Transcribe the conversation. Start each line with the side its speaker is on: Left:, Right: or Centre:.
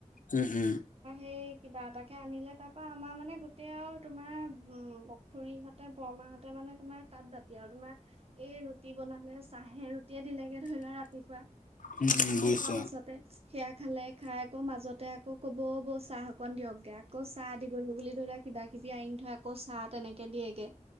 Left: উম উম
Right: এই কিবা এটা কেে আনিলে তাৰ পৰাা আমাৰ মানে গোটেই আৰু তোমাৰ উম পখুৰীহঁতে বৰমা। মাহতে মানে তোমাৰ তাঁাত বাতি আৰু তোমাৰ এই ৰুটি বনালে চাহে ৰুটিয়ে দিলেগে ধৰি লোৱা ৰাতিপুৱা।
Left: উম উম
Right: আহি
Left: বুজিছ
Right: পোৱা পাছতে সেয়া খালে খাই আকৌ মাজতে আকৌ। ক'ব বৌ চাহ অকন দিয়কগে আকৌ চাহ দিবলৈ বুলি ধৰি লোৱা কিবা কিবি আ থৈ আকৌ চাহ তেনেকে দিয়েগে।